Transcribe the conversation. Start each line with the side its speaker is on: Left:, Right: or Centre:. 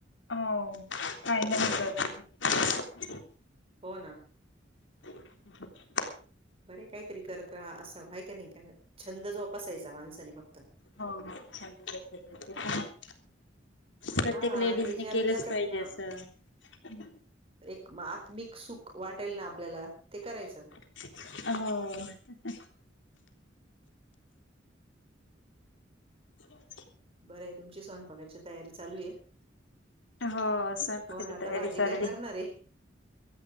Left: हो फायदा <unintelligible> काहीतरी.
Right: हो ना.
Left: <unintelligible>
Right: बरे काहीतरी करत राहा असंय व्हाय क नाही काय <unintelligible> छंद जोपसायचा माणसाने फक्त.
Left: हो छंद जोपासायचा ते पण आहे. प्रत्येक
Right: हा
Left: लेडीजनी
Right: आणि ज्या
Left: केलंच
Right: ज्याच्यात
Left: पाहिजे
Right: ना
Left: असं हम्म.
Right: एक म आत्मिक सुख वाटेल ना आपल्याला ते करायचं.
Left: हो. <unintelligible>
Right: बरं आहे तुमची स्वयंपाकाची तयारी चालू आहे?
Left: हो स्वयंपाकाची
Right: हो ना आता
Left: तयारी
Right: भाजी
Left: चालली
Right: काय करणार आहे?